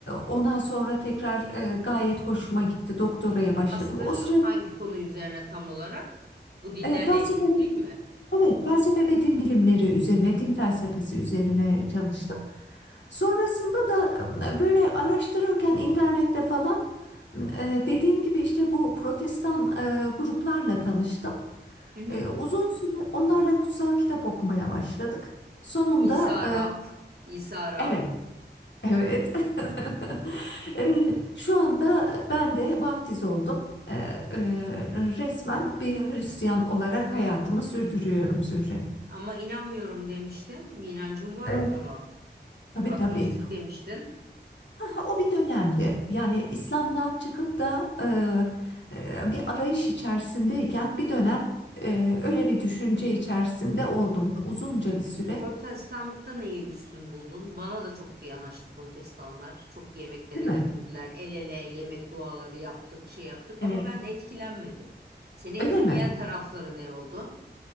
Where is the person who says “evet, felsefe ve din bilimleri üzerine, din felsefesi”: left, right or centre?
Left